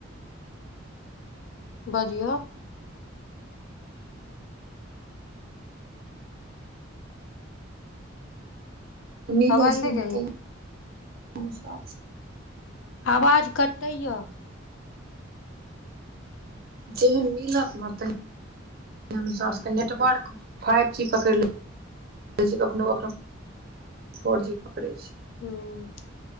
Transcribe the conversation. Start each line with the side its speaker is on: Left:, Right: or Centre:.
Left: बाजियो?
Right: मिलै
Left: आवाज
Right: छै
Left: नहि
Right: ने
Left: जाइया
Right: तैस <unintelligible>
Left: आवाज कटै यए।
Right: जेहन मीलत न तेहेन। नुस सभके नेटवर्क फाइव जी पकड़ि ले कखनो कखनो। फोर जी पकड़े छैय।
Left: हूं